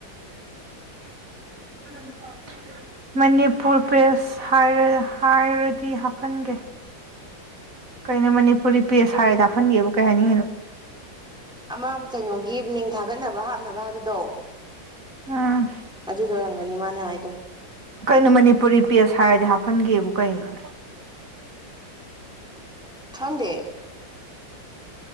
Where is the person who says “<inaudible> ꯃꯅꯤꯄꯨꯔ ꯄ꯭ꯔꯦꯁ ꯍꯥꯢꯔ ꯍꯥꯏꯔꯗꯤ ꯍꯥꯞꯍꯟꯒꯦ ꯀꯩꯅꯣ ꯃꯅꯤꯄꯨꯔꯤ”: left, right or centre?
Right